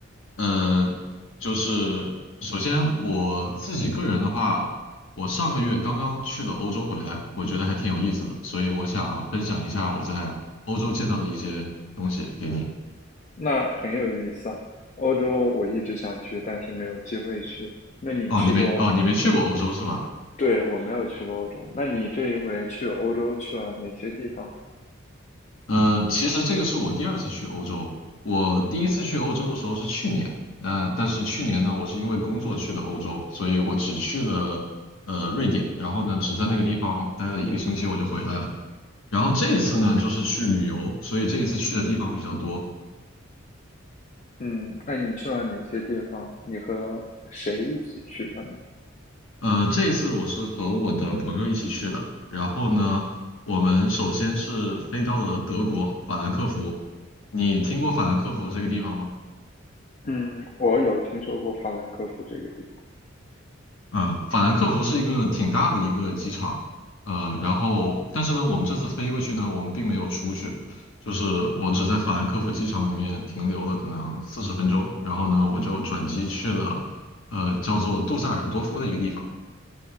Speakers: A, on the left; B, on the left.
A: 嗯，就是首先我自己个人的话，我上个月刚刚去了欧洲回来，我觉得还挺有意思的，所以我想分享一下我在欧洲见到的一些东西给你。
B: 那很有意思啊。欧洲我一直想去，但是没有机会去。那你去过？
A: 哦，你没哦，你没去过欧洲是吧？
B: 我，对，我没有去过欧洲。那你这一回去欧洲去了哪些地方？
A: 呃，其实这个是我第二次去欧洲，我第一次去欧洲的时候是去年，那、但是去年呢，我是因为工作去的欧洲，所以我只去了呃瑞典，然后呢，只在那个地方待了一个星期我就回来了。然后这一次呢，就是去旅游，所以这一次去的地方比较多。
B: 嗯，那你去了哪些地方？你和谁一起去的呢？
A: 呃，这一次我是和我的朋友一起去的。然后呢，我们首先是飞到了德国法兰克福。你听过法兰克福这个地方吗？
B: 嗯，我有听说过法兰克福这个地方。
A: 啊，法兰克福是一个挺大的一个机场。呃，然后但是呢，我们这次飞过去呢，我们并没有出去，就是我只在法兰克福机场里面停留了可能四十分钟。然后呢，我就转机去了，呃，叫做杜塞尔多夫的一个地方。